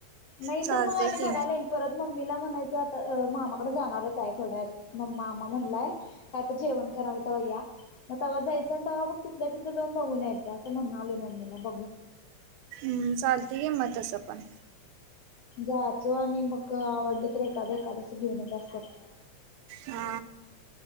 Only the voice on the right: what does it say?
चालतंय
की
हम्म चालते किम तस पण.
हा